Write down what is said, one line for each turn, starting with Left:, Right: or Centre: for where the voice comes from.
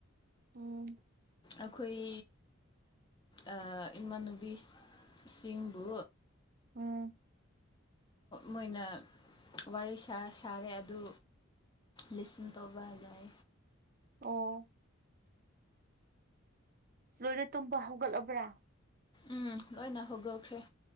Right: ꯎꯝ꯫
Left: ꯑꯈꯣꯏ ꯑ ꯏꯃꯥꯟꯅꯨꯕꯤ ꯁꯤꯡꯕꯨ
Right: ꯎꯝ꯫
Left: ꯃꯣꯏꯅ ꯋꯥꯔꯤ ꯁꯥꯔ ꯁꯥꯔꯦ ꯑꯗꯨ ꯂꯤꯁꯟ ꯇꯧꯕ ꯂꯥꯏ꯫
Right: ꯑꯣ꯫ ꯂꯣꯏꯅ ꯇꯨꯝꯕ ꯍꯧꯒꯠꯂꯕ꯭ꯔꯥ꯫
Left: ꯎꯝ ꯂꯣꯏꯅ ꯍꯧꯒꯠꯈ꯭ꯔꯦ꯫